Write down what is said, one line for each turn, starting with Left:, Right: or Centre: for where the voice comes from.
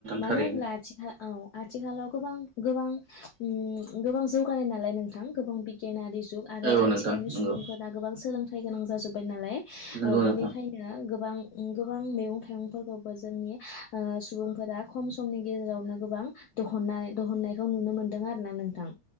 Left: मानो
Right: थारैनो
Left: होनब्ला आथिखालाव। आथिखालाव। गोबां। गोबां उम। गोबां जौगानाय नालाय नोंथां गोबां। गिेनारि जुग आरो
Right: औ
Left: आथिखालनि
Right: नोंथां नंगौ
Left: सुबुंफोरा गोबां सोलों। थाइ गोनां जाजोब्बाय नालाय। ओ
Right: नंगौ
Left: बिनिखायनो
Right: नोंथां
Left: गोबां। गोबां मेगं थाइगंफोरखौबो जोंनि ओ सुबुंफोरा खम समनि गेजेरावनो गोबां दख। नानै दहननायखौ नुनो मोन्दों आरो ना नोंथां।